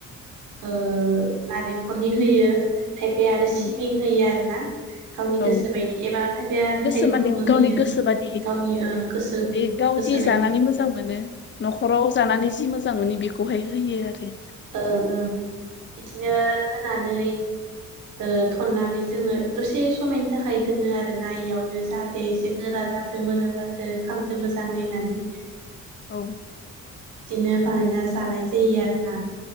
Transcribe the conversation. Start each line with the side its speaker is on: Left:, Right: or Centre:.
Right: ओ नारेंखलनि होयो। खायफाया आरो
Left: उम
Right: सिबिं होयो आरोना गावनि
Left: औ
Right: गोसो बायदि एबा खायफाया मेथाइ
Left: गोसो
Right: गुरुबो
Left: माने गावनि
Right: होयो
Left: गोसो बादि
Right: गावनि ओ गोसो
Left: माने गाव
Right: गोसो
Left: जि जानानै
Right: बायदि
Left: मोजां मोनो नखराव जानानै जि मोजां मोनो बेखौहाय होयो आरो
Right: ओं ओं बिदिनो होनानै ओ थननानै जोङो दसे समायनि थाखाय दोनो आरो ना इयावनो जाहाथे एसे गोरा जाथों मोजां जाथों खाम थो मोजाङै होननानै
Left: औ
Right: बिदिनो बानायना जानाय जायो आरोना